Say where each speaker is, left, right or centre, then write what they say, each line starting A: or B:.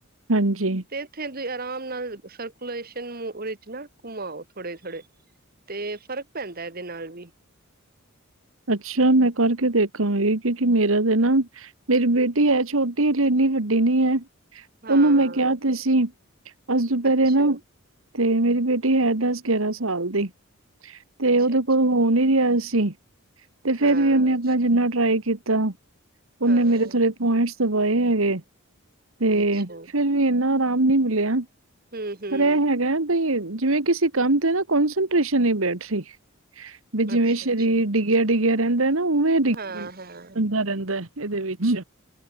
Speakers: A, on the right (about 70°); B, on the right (about 45°).
A: ਹਾਂਜੀ,
B: ਤੇ ਥੇ ਆਰਾਮ ਨਾਲ ਸਰਕੂਲੇਸ਼ਨ ਵਿੱਚ ਨਾ ਘੁਮਾਓ ਥੋੜੇ ਥੋੜੇ ਤੇ ਫ਼ਰਕ ਪੈਂਦਾ ਏਦੇ ਨਾਲ ਵੀ
A: ਅੱਛਾ, ਮੈਂ ਕਰਕੇ ਦੇਖਾਂਗੀ ਕਿਉਂਕਿ ਮੇਰਾ ਤੇ ਨਾ ਮੇਰੀ ਬੇਟੀ ਐ ਛੋਟੀ ਇੰਨੀ ਵੱਡੀ ਨੀ ਹੈ।
B: ਹਾਂ
A: ਓਨੂੰ ਮੈਂ ਕਿਹਾ ਤੇ ਸੀ ਅੱਜ ਦੁਪਹਿਰੇ
B: ਅੱਛਾ,
A: ਨਾ ਤੇ ਮੇਰੀ ਬੇਟੀ ਹੈ ਦਸ ਗਿਆਰਾਂ ਸਾਲ ਦੀ ਤੇ
B: ਅੱਛਾ,
A: ਓਦੇ
B: ਅੱਛਾ
A: ਕੋਲੋ ਹੋ ਨੀ ਰਿਹਾ ਸੀ। ਤੇ ਫੇਰ
B: ਹਾਂ,
A: ਵੀ ਉਨੇ ਆਪਣਾ ਜਿੰਨਾ ਟਰਾਈ ਕੀਤਾ ਉਨੇ
B: ਹਾਂ
A: ਮੇਰੇ ਥੋੜੇ ਪੁਆਇੰਟ ਦਵਾਏ ਹੈਗੇ ਤੇ
B: ਅੱਛਾ
A: ਫਿਰ ਵੀ ਏਨਾ ਆਰਾਮ ਨ ਮਿਲਿਆ
B: ਹੂੰ, ਹੂੰ
A: ਪਰ ਏ ਹੈਗਾ ਬਈ ਜਿਵੇਂ ਕਿਸੇ ਕੰਮ ਤੇ ਨਾ ਕੌਸ ਹੀ ਬੈਠ ਰਹੀ ਵੀ ਜਿਵੇਂ
B: ਅੱਛਾ,
A: ਸਰੀਰ
B: ਅੱਛਾ
A: ਡਿੱਗਿਆ ਡਿੱਗਿਆ ਰਹਿੰਦਾ ਨਾ ਉਵੇਂ ਡਿੱਗ
B: ਹਾਂ, ਹਾਂ
A: ਬਦਾ ਰਹਿੰਦਾ ਇਦੇ ਵਿੱਚ